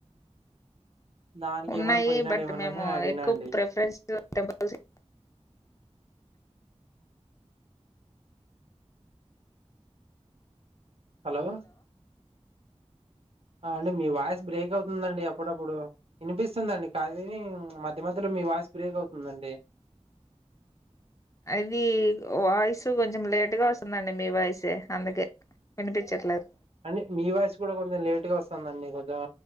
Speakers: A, on the right; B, on the left.
A: దానికి
B: ఉన్నాయి
A: ఏమైనా పోయినారేమోనని
B: బట్ మేము
A: అడిగినా
B: ఎక్కువ
A: అండి
B: ప్రిఫరెన్స్ టెంపుల్స్
A: హలో ఆ అండి మీ వాయిస్ బ్రేక్ అవుతుందండి అప్పుడప్పుడు వినిపిస్తుంది అండి కానీ మధ్య మధ్యలో మీ వాయిస్ బ్రేక్ అవుతుందండి
B: అది వాయిసు కొంచెం లేటుగా వస్తుందండి మీ వాయిసే అందుకే వినిపించట్లేదు
A: అండి మీ వాయిస్ కూడా కొంచెం లేట్ గా వస్తుందండి కొంచెం